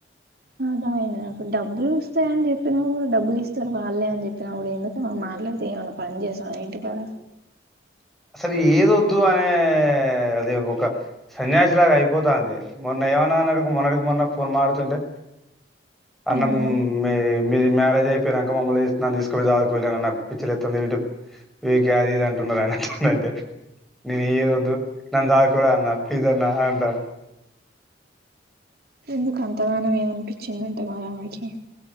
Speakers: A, on the right; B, in the centre.
A: అ హా నాకు డబ్బులు వస్తాయ అని చెప్పినా కూడా డబ్బులు ఇస్తారు వాళ్ళే అని చెప్పినాప్పు ఎందుకు మాట్లాడితే ఏమన్నా పని చేశవ ఇంటి కడ
B: అసలు ఏది వద్దు అనే అదే ఓక సన్యాసిలాగాయి పోతుంది మొన్న ఏమైన్నాడికి మొన్నడికి మొన్న ఫోన్ మాడుతుంటే అన్నమ్
A: ఏమన్నది
B: మీరు మ్యారేజ్ అయిపోయియాక మమ్మల్ని ఇస్తున్నాను తీసుకళ దాదుకోలేన్న నాకు పిచ్చిలు ఎత్తంది ఏంటి అది ఇది అంటున్నారు ఆయన అదే నను ఏదద్దు నన్ను సదుకొండ్లన్న అన్న ప్లీజ్ అన్న అంటా
A: ఎందుకు అంతగానం ఏమనిపించిందంటే మారమకి